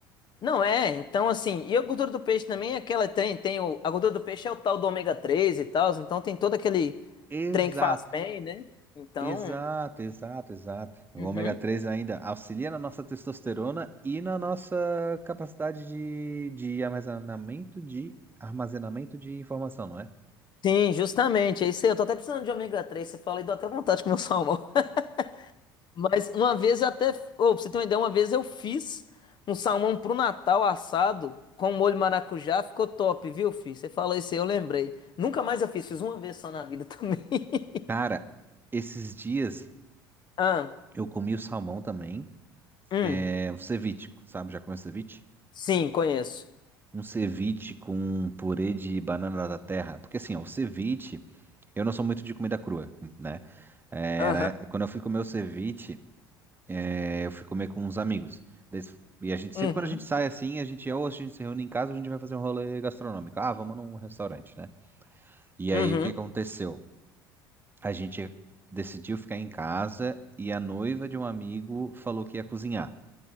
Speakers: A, on the left (about 40°); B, on the right (about 15°).
A: Não é, então assim, e a gordura do peixe também é aquela tem, tem o, a gordura do peixe é o tal do ômega 3 e tal, então tem todo aquele
B: Exato,
A: trem que faz bem, né? Então,
B: exato, exato, exato. O
A: uhum.
B: ômega 3 ainda auxilia na nossa testosterona e na nossa capacidade de, de armazenamento de armazenamento de informação, não é?
A: Sim, justamente, é isso aí. Eu tô até precisando de ômega três você fala e dá até vontade de comer um salmão. <laughs> Mas uma vez eu até. Ô, pra você ter uma ideia, uma vez eu fiz um salmão pro Natal assado com molho maracujá, ficou top, viu, filho? Você falou isso aí, eu lembrei. Nunca mais eu fiz, fiz uma vez só na vida também. <laughs>
B: Cara, esses dias
A: Ah,
B: Eu comi o salmão também.
A: hum,
B: É, o ceviche, sabe? Já comeu ceviche?
A: sim, conheço.
B: Um ceviche com um purê de banana da terra. Porque assim, ó, o ceviche, eu não sou muito de comida crua, né? É,
A: Aham,
B: né? Quando eu fui comer o ceviche, é, eu fui comer com uns amigos. Eles- E a gente,
A: uhum,
B: sempre quando a gente sai assim, a gente ou a gente se reúne em casa ou a gente vai fazer um rolê gastronômico. Ah, vamos num restaurante, né? E aí
A: uhum,
B: o que aconteceu? A gente decidiu ficar em casa e a noiva de um amigo falou que ia cozinhar.